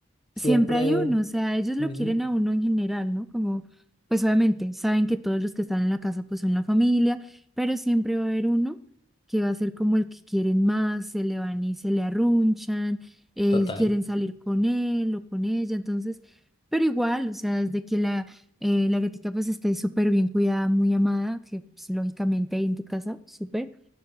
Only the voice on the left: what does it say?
siempre...
ujú,
Total.